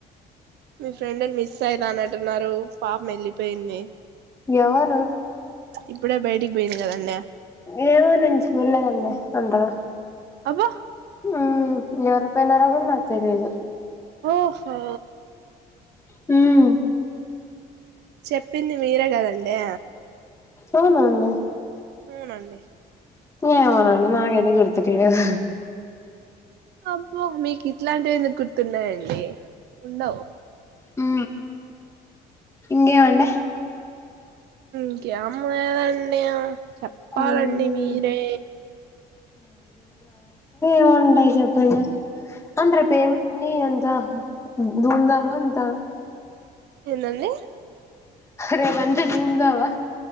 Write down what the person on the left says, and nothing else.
ఎవరు
ఏమో నేన్ చూళ్ళేదండీ అంతగా
ఉ <inaudible> నాకు తెలీదు
హూ
అవునండి
ఏమోనండి నాకైతే గుర్తుకు లేదు
ఉ ఇంగేమండి
మ్మ్
ఏమింటాయి చెప్పండి అంట రేపూ <unintelligible> ధూంధామా అంత
రేప్ మంచిగా ధూందామా